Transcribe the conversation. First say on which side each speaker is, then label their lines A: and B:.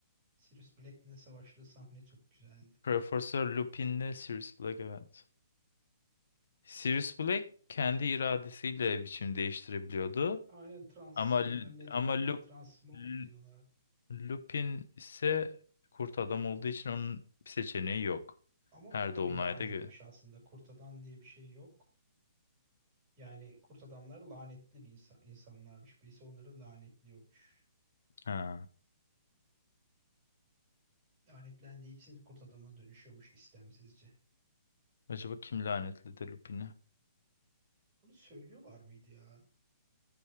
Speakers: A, on the right; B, on the left.
A: Sirius Black'le savaştığı sahne çok güzeldi.
B: Profesör Lupin'le Sirius Black evet. Sirius Black kendi iradesiyle biçim değiştirebiliyordu.
A: Aynen trans
B: Ama
A: bilmem ne
B: ama
A: deniyordu
B: Lup,
A: ona. Transmog
B: L-
A: mu diyorlar?
B: Lupin ise kurt adam olduğu için onun bir seçeneği yok.
A: Ama
B: Her
A: o da
B: dolunayda
A: bir lanetmiş
B: gö-
A: aslında. Kurt adam diye bir şey yok. Yani kurt adamlar lanetli bir insan, insanlarmış. Birisi onları lanetliyormuş.
B: Ha.
A: Lanetlendiği için kurt adama dönüşüyormuş istemsizce.
B: Acaba kim lanetledi Lupin'i?
A: Bunu söylüyorlar mıydı ya?